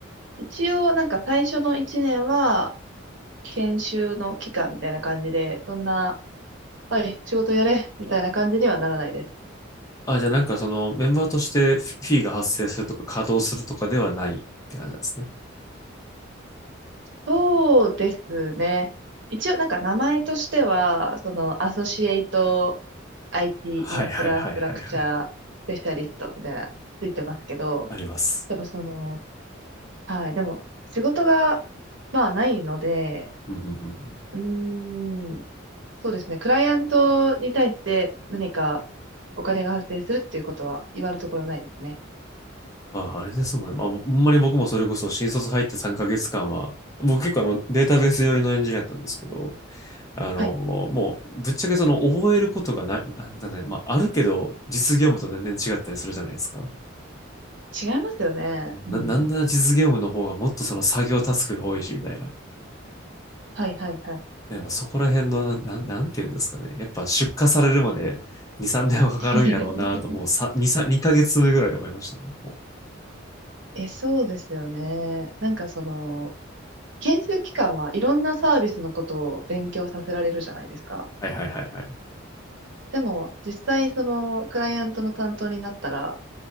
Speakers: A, on the right; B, on the left.
A: 一応なんか最初の1年は研修の期間みたいな感じで、そんな、はい、仕事やれみたいな感じにはならないです。
B: あ、じゃあなんかその、メンバーとしてフィフィーが発生するとか、稼働するとかではないって感じなんですね。
A: そうですね。一応なんか名前としては、そのアソシエイト IT
B: はいはいはいはいはい。
A: イティーインフラストラクチャースペシャリストみたいなついてますけど、
B: あります。
A: でもその、はい、でも仕事がまあないので、
B: うんうんうんうん
A: うーん、そうですね。クライアントに対して何かお金が発生するっていうことは今のところないですね。
B: まあ、あれですもんね。まあ、ほんまに僕もそれこそ新卒入って3ヶ月間は、僕結構あのデータベース寄りのエンジニアだったんですけど、あの、
A: はい。
B: もう、ぶっちゃけその覚えることがない、なんだね、まあ、あるけど、実業務と全然違ったりするじゃないですか。
A: 違いますよね。
B: な、
A: うん。
B: なんなら実業務の方がもっとその作業タスクが多いし、みたいな。
A: はいはいはい。
B: なんかそこら辺の、なん、なんなんていうんですかね。やっぱ出荷されるまで2、3年はかかるんやろうなと、
A: <laughs>
B: もうさ2、3、2ヶ月目ぐらいで思いましたね。もう。
A: え、そうですよね。なんかその、研修期間はいろんなサービスのことを勉強させられるじゃないですか。
B: はいはいはいはい。
A: でも、実際そのクライアントの担当になったら、